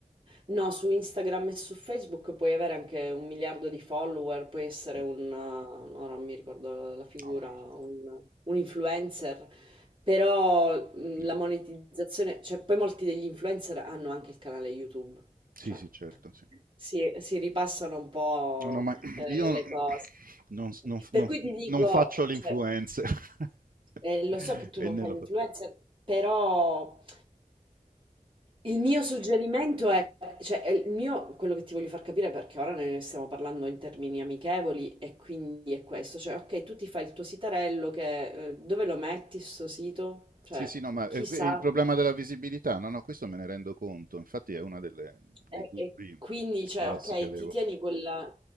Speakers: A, on the right; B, on the right.
A: No, su Instagram e su Facebook puoi avere anche un miliardo di follower, puoi essere
B: Mm,
A: un, eh, ora non mi ricordo la la figura,
B: No, ma-
A: un, un influencer, però mh,
B: no.
A: la monetizzazione, cioè poi molti degli influencer hanno anche il canale YouTube,
B: Sì,
A: cioè
B: sì, certo, sì.
A: si, si ripassano un po'
B: Non ho mai... <clears throat>
A: eh,
B: Io
A: le cose.
B: non, non-
A: Per
B: non-
A: cui ti dico,
B: non faccio l'influencer.
A: cioè,
B: <laughs>
A: eh, lo so che tu
B: e
A: non
B: né
A: fai
B: lo
A: l'influencer,
B: faccio.
A: però il mio suggerimento è, cioè, è il mio, quello che ti voglio far capire, perché ora ne stiamo parlando in termini amichevoli, e quindi è questo, cioè, ok, tu ti fai il tuo sitarello, che, eh, dove lo metti sto sito? Cioè,
B: Sì, sì, no, ma
A: chissà.
B: eh, que- il problema della visibilità, no, no, questo me ne rendo conto. Infatti è uno dei
A: E,
B: dubbi
A: e quindi, cioè,
B: grossi
A: ok,
B: che avevo.
A: ti tieni quella-